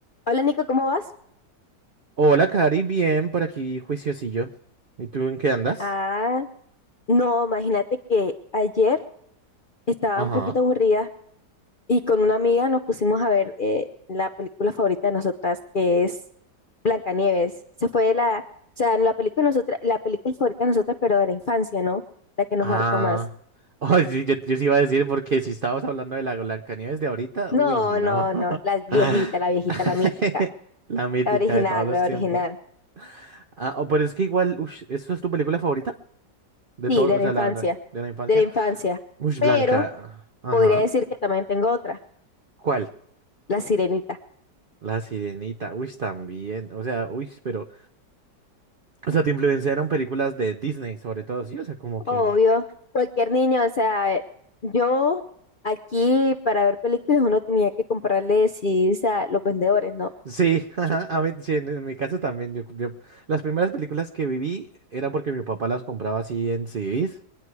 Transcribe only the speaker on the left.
Hola Nico, ¿cómo vas?
Ah, no, imagínate que ayer estaba
un poquito aburrida y con una amiga nos pusimos a ver eh, la película favorita de nosotras, que es Blancanieves. Se fue la, o sea, la película nosotras, la película favorita de nosotras, pero de la infancia, ¿no? La que nos
marcó más.
No,
no, no, la viejita,
la viejita, la mítica,
la original,
la
original.
Sí,
de
la
infancia,
de la infancia.
Pero
podría decir que también tengo otra,
La Sirenita.
Obvio,
cualquier niño, o sea, eh, yo aquí para ver películas uno tenía que comprarle CDs a los vendedores, ¿no?
Sí,